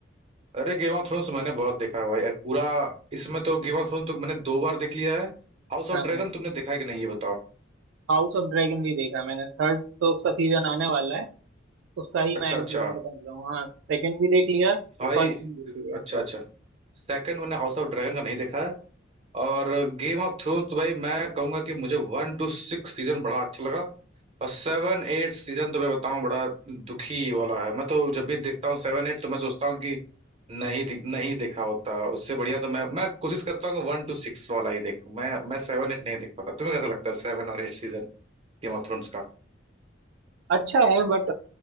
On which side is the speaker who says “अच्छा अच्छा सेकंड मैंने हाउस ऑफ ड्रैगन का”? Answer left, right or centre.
Right